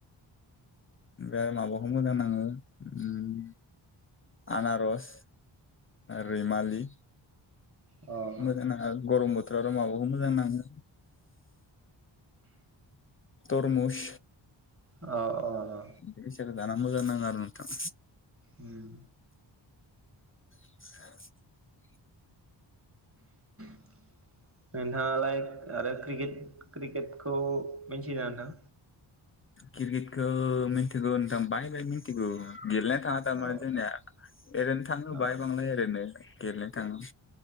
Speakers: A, on the left; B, on the right.
A: आरो माबाव मोजां नाङो उम आनारस रैमालि
B: अ
A: मोजां नाङो गरम बो थोराव माबाखौ मोजां नाङो तरमुस
B: अ अ अ
A: बि हिसाबै जाना मोजां नाङो आरो नोंथां।
B: उम
A: <inaudible>
B: <inaudible> नोंथाङालाय आरो क्रिकेट क्रिकेटखौ मिथियो ना नोंथां?
A: क्रिकेटखौ मिथिगौ नोंथां बाहाय बाहाय मिथिगौ गेलेना थाङा थारमाने
B: औ
A: जोंनिया ओरैनो थांनो होबाय
B: औ
A: बांलाय ओरैनो गेलेनो थाङो